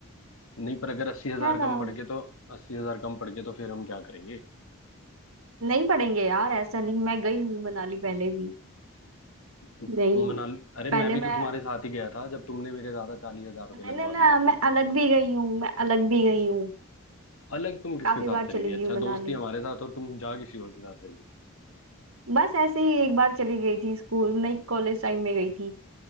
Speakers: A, on the left; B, on the right.
A: नहीं पर अगर अस्सी हजार
B: है ना
A: कम पड़ के तो अस्सी हजार कम पड़ के तो फिर हम क्या करेंगे
B: नहीं पढ़ेंगे यार ऐसा नहीं मैं गई हूँ मनाली पहले भी
A: तुम
B: नहीं
A: मनाली अरे
B: पहले
A: मैं भी
B: मैं
A: तो तुम्हारे साथ ही गया था जब तुमने मेरे ज्यादा चालीस हजार रुपये
B: नहीं
A: लगवा
B: नहीं ना
A: दिए
B: मैं अलग भी गई हूँ मैं अलग भी गई हूँ
A: अलग तुम किसके
B: काफी
A: साथ
B: बार
A: चली
B: चली
A: गई
B: गई
A: अच्छा
B: हूँ मनाली
A: दोस्त ही हमारे साथ और तुम जा किसी और के साथ रही
B: बस ऐसे ही एक बार चली गई थी स्कूल नहीं कॉलेज टाइम में गई थी